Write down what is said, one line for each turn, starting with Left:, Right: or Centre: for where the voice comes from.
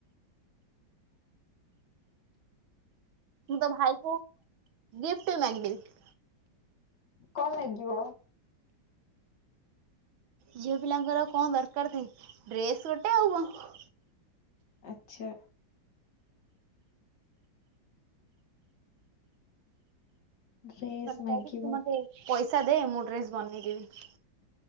Right: ମୁଁ ତ ଭାଇକୁ ଗିଫ୍ଟ ବି ମାଗି ଦେବି।
Left: କଣ ମାଗିବ?
Right: ଝିଅ ପିଲାଙ୍କର କଣ ଦରକାର ଥାଏ ଡ୍ରେସ ଗୋଟେ ଆଉ କଣ।
Left: ଆଛା ଡ୍ରେସ୍
Right: ମତେ କହିବି
Left: ମାଗିବ
Right: କି ତୁ ମତେ ପଇସା ଦେ ମୁଁ ଡ୍ରେସ ବନେଇଦବି।